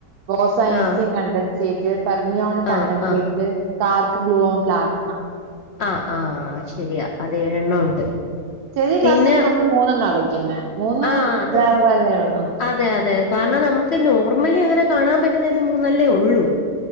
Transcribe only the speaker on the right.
ബോസയൻസിംഗ്
കണ്ടൻസേറ്റ്, ഫെർമിയോൺ
കണ്ടൻസേറ്റ്,
കാർ ഗ്ലുവോൺ പ്ലാസ്മ
ചെറിയ ക്ലാസ്സിലൊക്കെ
നമ്മള് മൂന്നെണ്ണ പഠിക്കുന്നെ മൂന്ന്
ദ്രാവകാല്ലേ ഒള്ളൂ